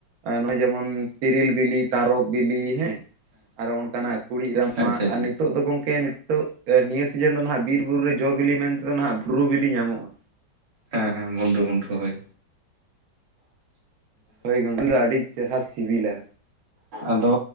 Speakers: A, on the right; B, on the right.
A: ᱱᱚᱜᱼᱚᱭ ᱡᱮᱢᱚᱱ ᱛᱤᱨᱤᱞ ᱵᱤᱞᱤ ᱛᱟᱨᱚᱯ ᱵᱤᱞᱤ ᱦᱮᱸ ᱾ ᱟᱨᱚ ᱚᱱᱠᱟᱱᱟᱜ ᱠᱩᱲᱤᱫ ᱨᱟᱢᱟ
B: ᱟᱪᱪᱷᱟ ᱟᱪᱪᱷᱟ
A: ᱟᱨ ᱱᱤᱛᱳᱜ ᱫᱚ ᱜᱚᱝᱠᱮ ᱱᱤᱛᱳᱜ ᱱᱤᱭᱟᱹ ᱥᱤᱡᱤᱱ ᱫᱚ ᱦᱜ ᱵᱤᱨ ᱵᱤᱨ ᱵᱩᱨᱩ ᱨᱮ ᱡᱚ ᱵᱤᱞᱤ ᱢᱮᱱᱛᱮᱫᱚ ᱱᱟᱦᱟᱜ ᱵᱷᱩᱨᱩ ᱵᱤᱞᱤ ᱧᱟᱢᱚᱜᱼᱟ,
B: ᱦᱮᱸ ᱦᱮᱸ ᱵᱷᱩᱱᱰᱩ ᱵᱷᱩᱱᱰ
A: ᱦᱮᱸ
B: ᱦᱚᱭ,
A: ᱦᱳᱭ ᱜᱚᱝᱠ ᱫᱚ ᱟᱹᱰᱤ ᱪᱮᱨᱦᱨᱟ ᱥᱤᱵᱤᱞᱟ,
B: ᱟᱫᱚ